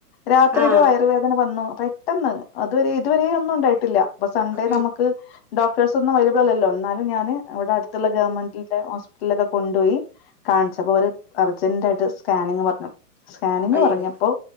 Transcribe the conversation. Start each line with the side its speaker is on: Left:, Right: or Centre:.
Left: രാത്രി
Centre: ആഹ്
Left: ഒരു വയറുവേദന വന്നു പെട്ടെന്ന് അതുവരെ ഇതുവരെയൊ ന്നും ഉണ്ടായിട്ടില്ല അപ്പൊ സൺഡേ
Centre: ഉം
Left: നമുക്ക് ഡോക്ടേഴ്സ് ഒന്നും അവൈലഅബ്ൾ അല്ലല്ലോ എന്നാലും ഞാന് അവ്ടെ അടുത്തുള്ള ഗവൺമെന്റിൽത്തെ ഹോസ്പിറ്റലിലൊക്കെ കൊണ്ടോയി കാണിച്ചപ്പോ അവര് അർജന്റായിട്ട് സ്കാനിങ് പറഞ്ഞു സ്കാനിങ്
Centre: അയ്യോ
Left: പറഞ്ഞപ്പോ